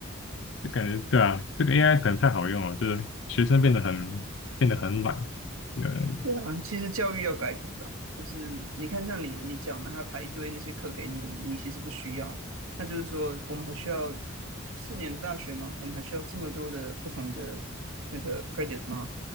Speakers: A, on the left (about 60°); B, on the right (about 80°).
A: 就感觉对啊，这个 AI 可能太好用了，就是学生变得很变得很懒。对，嗯，
B: 对啊，其实教育要改革啊，就是你看，像你你讲的，他排一堆那些课给你，你其实不需要。那就是说，我们还需要四年的大学吗？我们还需要这么多的不同的那个 credit 吗？